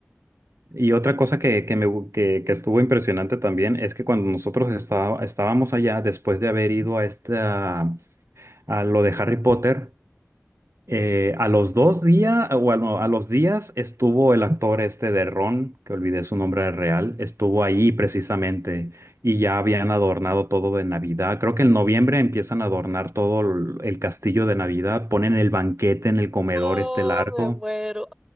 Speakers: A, on the right; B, on the right.
A: Y otra cosa que, que, me, gu- que, que estuvo impresionante también es que cuando nosotros estaba- estábamos allá, después de haber ido a, esta, a lo de Harry Potter, eh, a los dos días, o a, lo- a los días estuvo el actor este de Ron, que olvidé su nombre real, estuvo ahí precisamente y ya habían adornado todo de Navidad. Creo que en noviembre empiezan a adornar todo el el castillo de Navidad, ponen el banquete en el comedor
B: No,
A: este largo.
B: me muero.